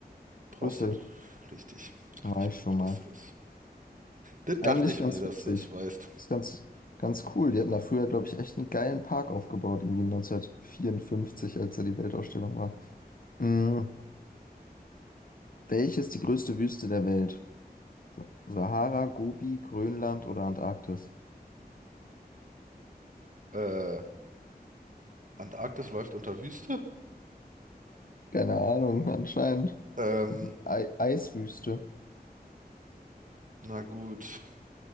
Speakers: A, on the right; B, on the left.
A: Brauchst
B: Brüssel,
A: du... Richtig, dachte
B: war
A: ich
B: ich
A: mir doch,
B: schon
A: dass
B: mal.
A: du das... Das
B: Eigentlich
A: dachte ich
B: ganz
A: mir, dass
B: witzig.
A: du das weißt.
B: Ist ganz, ganz cool. Die hatten da früher, glaube ich, echt einen geilen Park aufgebaut, irgendwie 1954, als da die Weltausstellung war. Mhm. Welches die größte Wüste der Welt? Sa- Sahara, Gobi, Grönland oder Antarktis?
A: Äh, Antarktis läuft unter Wüste?
B: Keine Ahnung, <laughs> anscheinend.
A: Ähm,
B: Ei Eiswüste.
A: na gut.